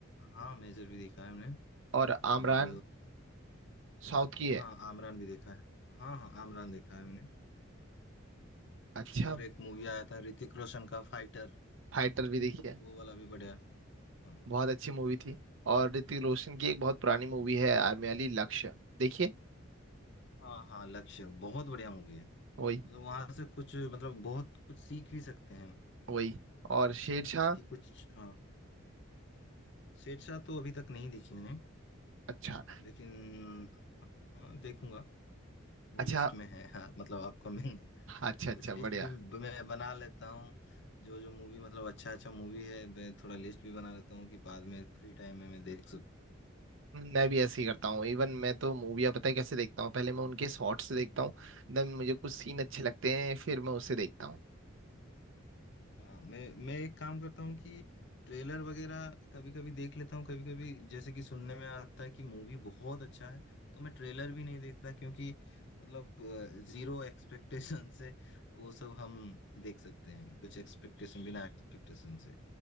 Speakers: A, on the left (about 60°); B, on the right (about 65°).
A: हाँ मेजर भी देखा है हमने
B: और आमरान
A: और
B: साउथ की है
A: अ, हाँ आमरान भी देखा है हाँ हाँ आमरान देखा है मैंने
B: अच्छा
A: और एक मूवी आया था ऋतिक रोशन का फाइटर
B: फाइटर भी देखी है
A: वो वाला भी बढ़िया है। हाँ
B: बहुत अच्छी मूवी थी और ऋतिक रोशन की एक बहुत
A: हाँ
B: पुरानी मूवी है आर्मी वाली लक्ष्य देखिए
A: हाँ हाँ, लक्ष्य बहुत बढ़िया मूवी है
B: वही
A: मतलब वहां से कुछ मतलब बहुत कुछ सीख भी सकते हैं
B: वही और शेरशाह
A: जैसे कि कुछ हाँ शेरशाह तो अभी तक नहीं देखी मैंने
B: अच्छा
A: अ, लेकिन हाँ देखूंगा वो
B: अच्छा
A: लिस्ट में है हाँ मतलब आपका
B: अच्छा अच्छा
A: कुछ लिस्ट
B: बढ़िया
A: भी ब- मैं बना लेता हूँ जो जो मूवी मतलब अच्छा अच्छा मूवी है मैं थोड़ा लिस्ट भी बना लेता हूँ कि बाद में फ्री टाइम में मैं देख सकूँ
B: मैं भी ऐसे ही करता हूँ इवन मैं तो मूवियाँ पता है कैसे देखता हूँ पहले मैं उनके शॉर्ट्स से देखता हूँ देन मुझे कुछ सीन अच्छे लगते हैं फिर मैं उसे देखता हूँ
A: हाँ मैं मैं एक काम करता हूँ कि ट्रेलर वगैरह कभी कभी देख लेता हूँ कभी कभी जैसे कि सुनने में आता है कि मूवी बहुत अच्छा है तो मैं ट्रेलर भी नहीं देखता क्योंकि मतलब जीरो एक्सपेक्टेशन से वो सब हम देख सकते हैं कुछ एक्सपेक्टेशन बिना एक्सपेक्टेशन से